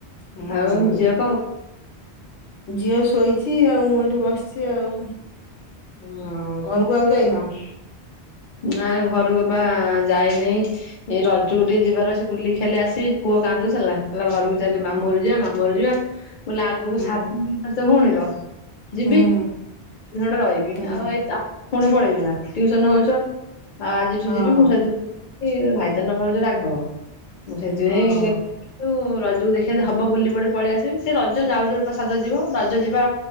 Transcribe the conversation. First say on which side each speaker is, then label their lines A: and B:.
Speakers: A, on the left (about 75°); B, on the left (about 55°).
A: ହୁଁ
B: ଆଉ ଝିଅ କଣ
A: ଝିଅ ଶୋଇଛି ଆଉ ମୁଁ ଏଠି ବସିଛି ଆଉ।
B: ହୁଁ
A: ହଁ ଘରକୁ ଆଉ ଯାଇନ?
B: ନା ଘରକୁ ବା ଯାଇନି। ଏଇ ରଜକୁ ଟିକେ ଯିବାର ଅଛି ବୁଲିକି ଖାଲି ଆସିବ ପୁଅ କାନ୍ଦୁ ଥିଲା। କହିଲା ଘରକୁ ଚାଲେ ମାମୁଁ
A: ହୁଁ
B: ଘରକୁ ଯିବା ମାମୁଁ ଘରକୁ ଯିବା, ମୁଁ କହିଲି ଆଗକୁ
A: ହୁଁ
B: ସାଧ ଭଉଣୀର ଯିବି
A: ହୁଁ
B: ଦିନଟେ ରହିବି
A: ହୁଁ।
B: ଆଉ ଏତ ପୁଣି ପଳେଇବି ନା ଟିଉସନ ହଉଛ। ଆଉ ଆଜିଠୁ
A: ହଁ
B: ଯିବି ମୁଁ ସେଥି ଭାଇ ତ ନ ଭାବୁଛି ରାଘବ ମୁଁ ସେଥିପାଇଁ
A: ହଁ
B: ତୁ ରଜକୁ ଦେଖିବା ଯଦି ହବ ବୁଲି ପଡି ପଳେଇ ଆସିବି ସେ ରଜ ଯାଉ ଯାଉ ବା ସାଦ ଯିବ ରଜ ଯିବା